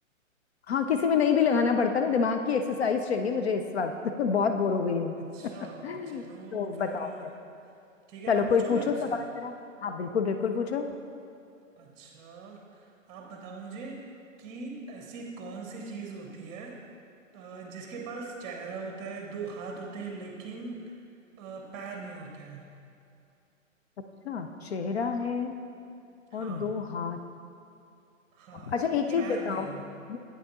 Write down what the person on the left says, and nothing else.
हाँ किसी में नहीं भी लगाना पड़ता ना दिमाग की एक्सरसाइज चाहिए मुझे इस वक्त <laughs> बहुत बोर हो गई हूँ
<laughs>
तो
बताओ फिर
चलो
कोई
पूछो
सवाल जरा हाँ बिल्कुल बिल्कुल पूछो
अच्छा चेहरा है
और दो हाथ
अच्छा
एक चीज
बताओ
ये